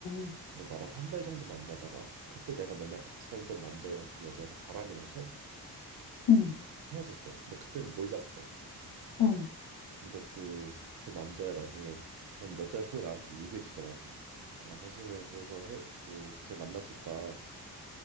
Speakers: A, on the left; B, on the right.
A: 어.
B: 근데 나랑 한 달 정도 만나다가 그때 내가 맨날 같이 다니던 남자애랑 그 여자애가 바람이 나서
A: 응,
B: 헤어졌어. 근데 그때는 몰랐어.
A: 어,
B: 근데 그, 그 남자가 나중에 한 몇 달 후에 나한테 얘기해 주더라고. 아, 사실은 그래서 해, 그, 걔 만났었다.